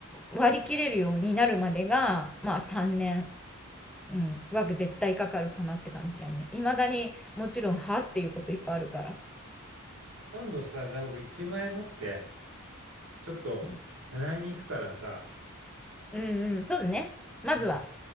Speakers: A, in the centre; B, on the right (about 65°).
A: 割り切れるようになるまでが、まあ、3年、うん、は絶対かかるかなって感じだよね。未だにもちろん、はっていうこといっぱいあるから。
B: 今度さ、じゃあ僕1万円持って、ちょっと習いに行くからさ、
A: うん、うんうん、そうだね。まずは、
B: うん、